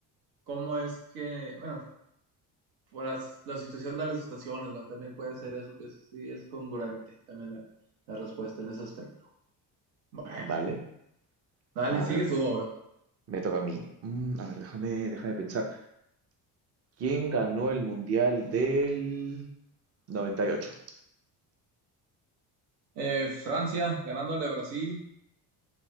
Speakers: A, on the right; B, on the right.
A: cómo es que, bueno, por las- la situación de las estaciones, ¿verdad? También puede ser eso, que sí es congruente también la, la respuesta en ese aspecto. Bueno,
B: Vale,
A: dale,
B: a
A: sigue
B: ver,
A: su obra.
B: me toca a mí. Mm, a ver, déjame, déjame pensar. ¿Quién ganó el Mundial del 98? Y ocho?
A: Eh, Francia ganándole a Brasil,